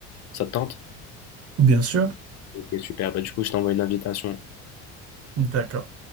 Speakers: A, on the left; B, on the right.
A: Ça te tente?
B: Bien sûr.
A: Ok, super. Bah du coup je t'envoie une invitation.
B: D'accord.